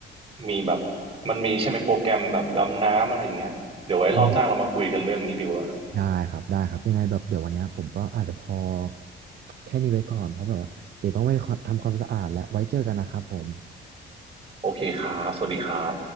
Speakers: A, on the right; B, on the right.
A: มีแบบ มันมีใช่ไหมโปรแกรมแบบดำน้ำอะไรอย่างเงี้ยเดี๋ยวไว้รอบหน้าเรามาคุยกันเรื่องนี้ดีกว่า
B: อืมได้ครับได้ครับยังไงแบบเดี๋ยววันเนี้ยผมก็อาจจะพอแค่นี้ไว้ก่อนเพราะแบบว่าเดี๋ยวต้องไปทำความสะอาดและไว้เจอกันนะครับผม
A: โอเคครับ สวัสดีครับ